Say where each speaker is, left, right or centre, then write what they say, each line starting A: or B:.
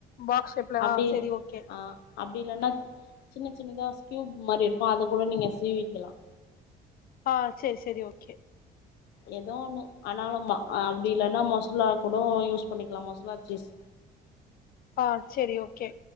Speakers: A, on the left; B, on the left.
A: பாக்ஸ் ஷேப்ல
B: அப்படியே
A: ஆ செரி ஓகே
B: ஆஹ் அப்படி இல்லன்னா சின்ன ச சின்னதா ஸ்யூப் மாரி இருக்கும் அத கூட நீங்க சீவிக்கலாம்
A: ஆஹ் செரி செரி ஓகே
B: ஏதோ ஒண்ணு ஆனாலும் அப்படி இல்லன்னா மொசரல கூட யூஸ் பண்ணிக்கலாம் மொசரல சீஸ்
A: ஆஹ் செரி ஓகே